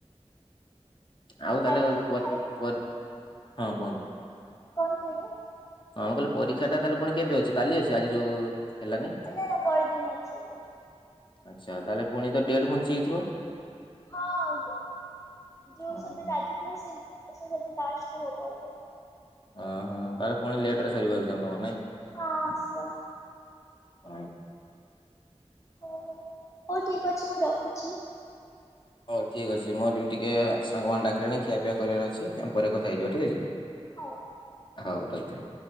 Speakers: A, on the left; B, on the left.
A: ଆଉ
B: ଖାଇଛ
A: ତାହେଲେ <unintelligible>
B: ଖାଇ
A: ହଁ କୁହନ୍ତୁ?
B: କଣ କହିଲେ?
A: ହଁ ମୁଁ କହିଲି ପରୀକ୍ଷା ଟା ତାହେଲେ ପୁଣି କେବେ ଅଛି କାଲି ଅଛି ଆଜି ଯୋଉ ହେଲାନି?
B: ନା ନା ପରଦିନ ଅଛି ଏଟି।
A: ଆଚ୍ଛା ତାହେଲେ ପୁଣି ତ ଡେଟ୍ ଘୁଞ୍ଚି ଯାଇଥିବ?
B: ହଁ ଯୁ
A: ହଁ
B: ସବଜେକ୍ଟ ଆଜି ଥିଲା ସେ ସବ ଲାଷ୍ଟ କୁ ହବ
A: ହଁ ହଁ ତାହେଲେ ପୁଣି ଲେଟ ରେ ସରିବାକୁ ଏକଜାମ୍ ତମର ନା କି?
B: ହଁ ଆସିବା।
A: ଉଁ।
B: ହୁଁ ହଉ ଠିକ୍ ଅଛି ମୁଁ ରଖୁଛି।
A: ହଉ ଠିକ୍ ଅଛି ମୋର ବି ଟିକେ ସାଙ୍ଗମାନେ ଡାକିଲେଣି ଖିଆପିଆ କରିବାର ଅଛି ଆମ ପରେ କଥା ହେଇଯିବା ଠିକ ଅଛି?
B: ହଉ।
A: ହଉ ଆଜ୍ଞା।